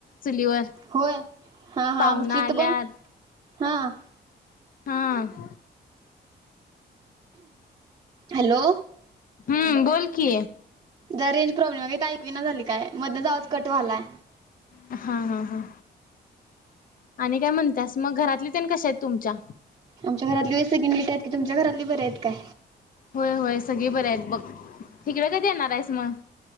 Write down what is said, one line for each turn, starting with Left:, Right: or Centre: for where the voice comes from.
Left: चुलीवर
Right: होय, हा हा,
Left: पाहुना
Right: आमची इथ
Left: आल्यात
Right: पण हा,
Left: हम
Right: हॅलो.
Left: हम्म बोल कि.
Right: जरा रेंज प्रॉब्लेम आहे गं, इथं ऐकु ईना झालय काय, मधनच आवाज कट व्हालाय
Left: हा हा हा, आणि काय म्हणत्यास, मग घरातले ते कशा आहेत तुमच्या?
Right: आमच्या घरातली वै सगळी नीट आहेत की, तुमच्या घरातली बरी आहेत काय?
Left: होय होय सगळे बरे आहेत बघ, हीकडे कधी येणार आहेस मग?